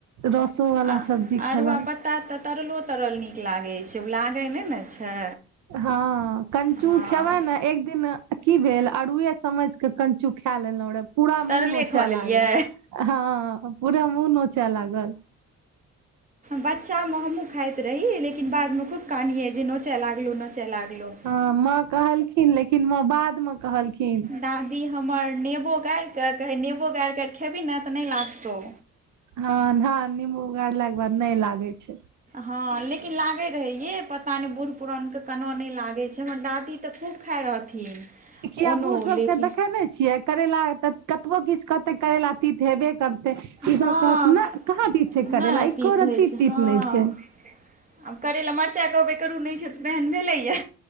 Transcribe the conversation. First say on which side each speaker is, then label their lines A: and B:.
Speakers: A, on the right; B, on the right.
A: रसो बला
B: आ
A: सब्जी खेलौं।
B: <unintelligible> तरलो तरल नीक लागै छै ओ लागै नै ने छै।
A: हँ कञ्चू
B: हँ
A: खेबै ने एक दिन की भेल, अड़ुए समझिक कञ्चू खा लेलौं रेहे पूरा
B: तरले
A: मूंह नोचे
B: खा लेलियै
A: लागल। हँ, पूरा मुँह नोच लागल।
B: बच्चामे हमहुँ खाइत रही लेकिन बादमे खूब कानिअइ जे नोचे लागलौ नोचे लागलौ।
A: हँ माँ कहलखिन लेकिन माँ बादमे कहलखिन।
B: दादी हमर नेबो गारिक कहै, नेबो गारिकऽ खेबही ने त नै लागतौ।
A: हं-हं नींबू गारलाके बाद नै लागै छै।
B: हँ लेकिन लागै रहै यै, पता नै बूढ़ पुरानके कना नै लागै छै हमर दादी त खूब खाइ रहथिन।
A: किया
B: ओनो
A: बूढ़ सबके
B: लेकिन
A: देखै ने छियै करैला त कतबो किछ करतै करैला तीत हेबे कर तै, ई
B: हँ
A: सब कहत ने कहाँ तीत छै करैला,
B: नहि
A: एको
B: तीत
A: रती
B: होइ छै
A: तीत
B: हँ
A: नै छै।
B: आब करैला, मरचाइ कहबै करू नै छै तेहन भेलैया।